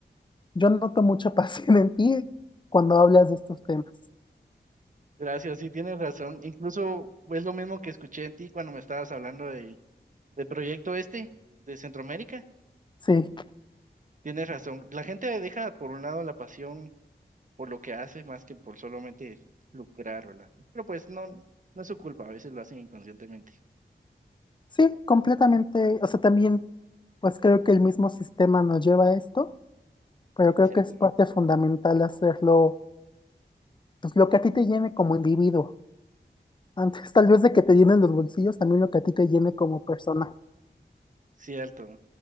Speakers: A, on the left; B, on the right.
A: yo noto mucha <laughs> pasión en ti cuando hablas de estos temas.
B: Gracias, sí, tienes razón. Incluso es lo mismo que escuché en ti cuando me estabas hablando de, del proyecto este de Centroamérica
A: Sí.
B: Tienes razón. La gente deja por un lado la pasión por lo que hace más que por solamente lucrar, ¿verdad? Pero pues no, no es su culpa, a veces lo hacen inconscientemente,
A: Sí, completamente. O sea, también, pues creo que el mismo sistema nos lleva a esto, pero creo
B: ¿cierto?
A: que es parte fundamental hacerlo, pues lo que a ti te llene como individuo. Antes, <laughs> tal vez de que te llenen los bolsillos, también lo que a ti te llene como persona.
B: Cierto.